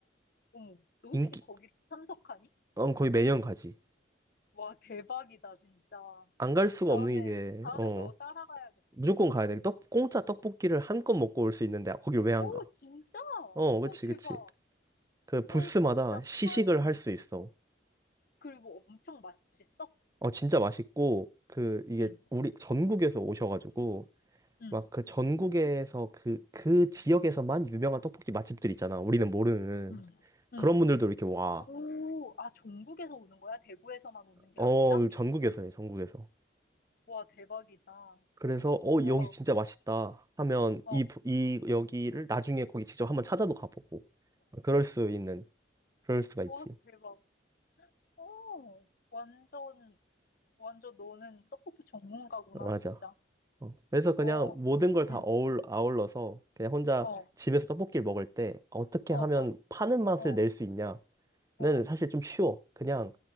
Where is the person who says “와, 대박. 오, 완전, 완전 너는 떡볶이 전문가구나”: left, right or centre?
Left